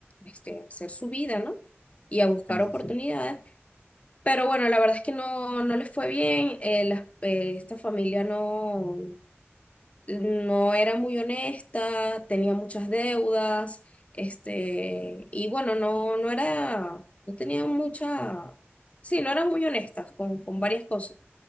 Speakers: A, on the left; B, on the left.
A: este, a hacer su vida, ¿no? Y a buscar
B: Sí, sí,
A: oportunidades.
B: sí.
A: Pero bueno, la verdad es que no, no les fue bien, eh, las- eh, esta familia no, no era muy honesta, tenía muchas deudas, este, y bueno, no, no era, no tenía mucha, sí, no eran muy honestas con, con varias cosas.